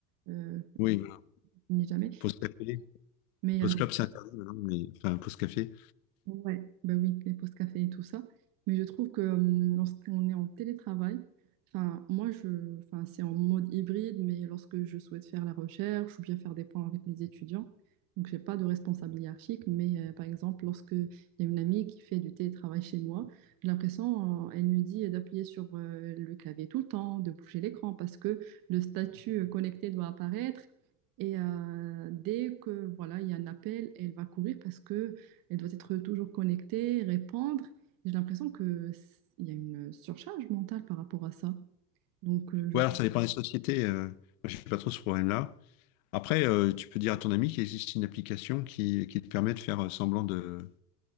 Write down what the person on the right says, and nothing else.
euh,
ni jamais.
Mais
euh,
Ouais, ben oui, les pauses café et tout ça. Mais je trouve que euh, lorsqu'on est en télétravail, enfin, moi, je, enfin, c'est en mode hybride, mais lorsque je souhaite faire la recherche ou bien faire des points avec les étudiants, donc j'ai pas de responsable hiérarchique, mais euh, par exemple, lorsque il y a une amie qui fait du télétravail chez moi, j'ai l'impression, euh, elle me dit d'appuyer sur euh, le clavier tout le temps, de bouger l'écran parce que le statut euh, connecté doit apparaître. Et euh, dès que voilà, il y a un appel, elle va courir parce que elle doit être toujours connectée, répondre. J'ai l'impression que il y a une surcharge mentale par rapport à ça. Donc, euh, je
me conseille